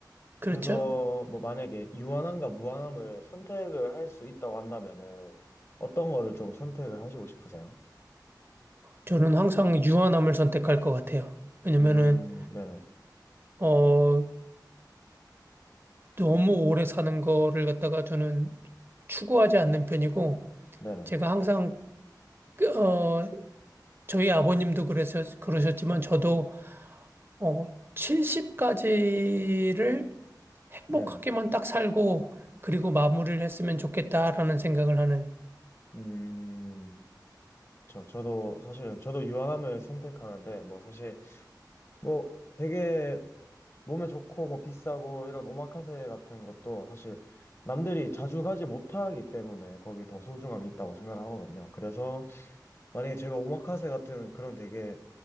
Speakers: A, on the right; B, on the left.
A: 그렇죠?
B: 그래서 뭐 만약에 유한함과 무한함을 선택을 할 수 있다고 한다면은 어떤 거를 좀 선택을 하시고 싶으세요?
A: 저는 항상 유한함을 선택할 것 같아요. 왜냐면은,
B: 음, 네네.
A: 어, 너무 오래 사는 거를 갖다가 저는 추구하지 않는 편이고,
B: 네네.
A: 제가 항상, 어, 저희 아버님도 그래서, 그러셨지만, 저도, 어, 70까지를 행복하게만
B: 네네.
A: 딱 살고, 그리고 마무리를 했으면 좋겠다라는 생각을 하는,
B: 음, 저, 저도 사실은 저도 유한함을 선택하는데 뭐 사실 뭐 되게 몸에 좋고 뭐 비싸고 이런 오마카세 같은 것도 사실 남들이 자주 가지 못하기 때문에 거기 더 소중함이 있다고 생각을 하거든요. 그래서 만약에 제가 오마카세 같은 그런 되게